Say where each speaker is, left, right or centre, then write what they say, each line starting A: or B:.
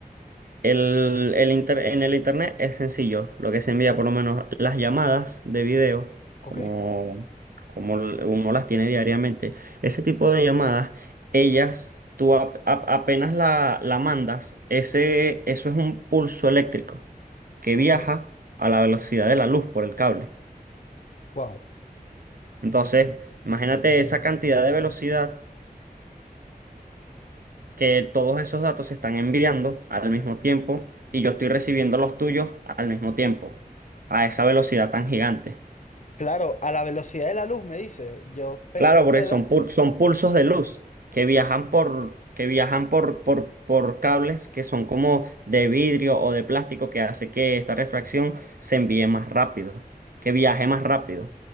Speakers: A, on the right (about 65°); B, on the left (about 50°).
A: El, el inter- en el internet es sencillo, lo que se envía por lo menos las llamadas de video, como,
B: Ok,
A: como l- uno las tiene diariamente, ese tipo de llamadas, ellas, tú ap- ap- apenas la, la mandas, ese, eso es un pulso eléctrico que
B: ok.
A: viaja a la velocidad de la luz por el cable.
B: Wow.
A: Entonces, imagínate esa cantidad de velocidad que todos esos datos se están enviando al mismo tiempo y yo estoy recibiendo los tuyos al mismo tiempo, a esa velocidad tan gigante.
B: Claro, a la velocidad de la luz, me dice. Yo pensé
A: Claro, porque
B: que era.
A: son, pul- son pulsos de luz que viajan por, que viajan por, por, por cables que son como de vidrio o de plástico que hace que esta refracción se envíe más rápido, que viaje más rápido.